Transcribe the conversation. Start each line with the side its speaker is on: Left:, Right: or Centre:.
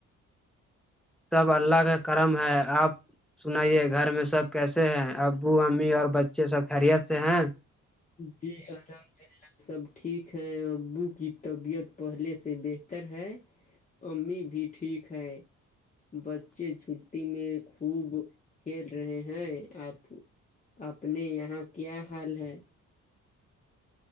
Centre: سب اللہ کا کرم ہے آپ سنائیے گھر میں سب کیسے ہیں ابو امی اور بچے سب خیریت سے ہیں
Left: جی الحمد للہ سب ٹھیک ہیں ابو کی طبیعت پہلے سے بہ تر ہے امی بھی ٹھیک ہے بچے ج تی میں خوب کھیل رہے ہیں آپ اپنے یہاں کیا حال ہے